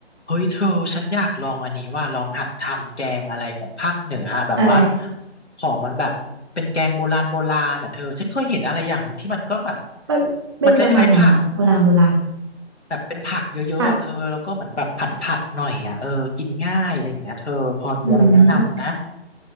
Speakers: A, on the left; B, on the right.
A: เฮ้ยเธอฉันอยากลองอันนี้ว่าลองหัดทำแกงอะไรของภาคเหนืออะแบบว่า
B: อะไร
A: ขอมันแบบเป็นแกงโบราณโบราณอ่ะเธอฉันเคยเห็นอะไรอย่างหนึ่งที่มันก็แบบ
B: มันเป็นประมาณไหนหรอโบราณโบราณ
A: มันคล้ายๆผักแบบเป็นผักเยอะๆอ่ะเธอแล้วก็เหมือนแบบผัดๆหน่อยอ่ะเออกินง่ายอะไรอย่างเงี้ยเธอพอมีอะไรแนะนำนะ
B: ผักอืม